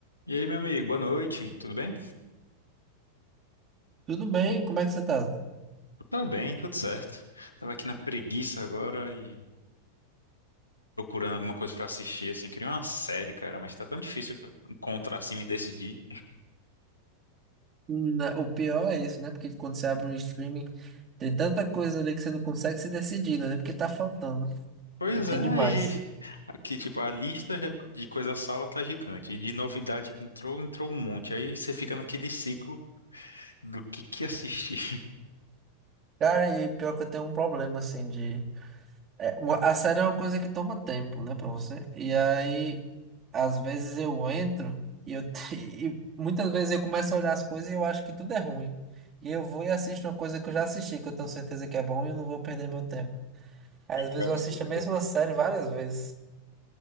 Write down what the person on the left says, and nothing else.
E aí, meu amigo, boa noite, tudo bem?
Tá bem, tudo certo. Tava aqui na preguiça agora e procurando alguma coisa pra assistir, assim, queria uma série, cara, mas tá tão difícil encontrar, assim, me decidir.
Pois
é,
e aqui, tipo, a lista já- de coisa salva tá gigante, e de novidade que entrou, entrou um monte, aí você fica naquele ciclo do que que assistir.
<laughs>
Vai
no
segundo,
né?